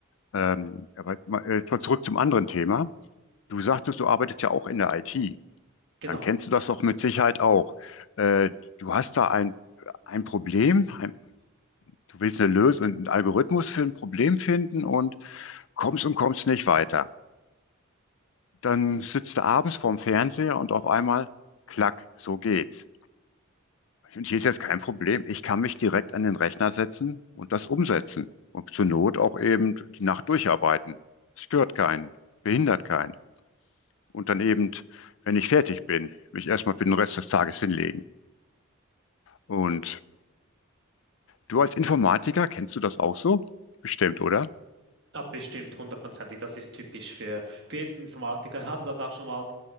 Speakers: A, on the left; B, on the right.
A: Ähm, aber äh, zurück zum anderen Thema. Du sagtest, du arbeitest ja auch in der IT.
B: Genau.
A: Dann kennst du das doch mit Sicherheit auch. Äh, du hast da ein, ein Problem, ein, du willst eine Lösung, einen Algorithmus für ein Problem finden und kommst und kommst nicht weiter. Dann sitzt du abends vorm Fernseher und auf einmal, klack, so geht's. Und hier ist jetzt kein Problem. Ich kann mich direkt an den Rechner setzen und das umsetzen. Und zur Not auch eben die Nacht durcharbeiten. Es stört keinen, behindert keinen. Und dann eben, wenn ich fertig bin, mich erstmal für den Rest des Tages hinlegen. Und du als Informatiker, kennst du das auch so? Bestimmt, oder?
B: Ja, bestimmt, hundertprozentig. Das ist typisch für, für jeden Informatiker. Ich hatte das auch schon mal,